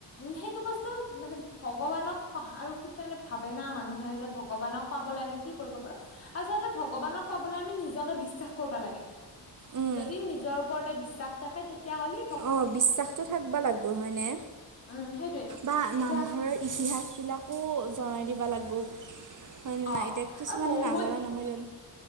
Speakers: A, on the left; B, on the right.
A: সেইটো বস্তু মানে ভগৱানক <unintelligible> আৰু কেতিয়া মানে ভাবে না মানুহে যে ভগৱানক পাবলৈ আমি কি কৰিব পাৰো, আচলতে ভগৱানক পাবলে আমি নিজকে বিশ্বাস কৰবা লাগে,
B: উম,
A: যদি নিজৰ ওপৰতে বিশ্বাস থাকে তেতিয়া হলি
B: অ' বিশ্বাসটো থাকবা লাগবো হয়নে,
A: উম সেইটোৱে
B: বা
A: এতিয়া
B: নামঘৰৰ ইতিহাস বিলাক আকৌ জনাই দিবা লাগবো, হয় নে
A: অ
B: নাই এতিয়া কিছুমানে
A: আৰু বহুত
B: নাজানে নহয় জান